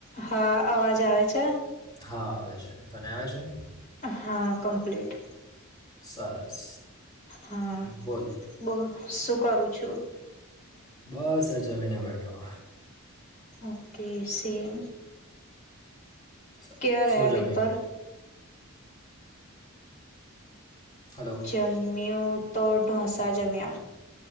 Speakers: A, on the left; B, on the left.
A: હા અવાજ આવે છે?
B: હા આવે છે, તને આવે છે.
A: હા કમ્પ્લીટ.
B: સરસ.
A: હા
B: બોલ
A: બો શું કરું છું?
B: બસ હ જમીને બેઠો.
A: Okay same.
B: સરસ
A: કેવા રહ્યા
B: શું જમી
A: પેપર?
B: હલો
A: ચમ <unintelligible> મી તો ઢોસા જમ્યા.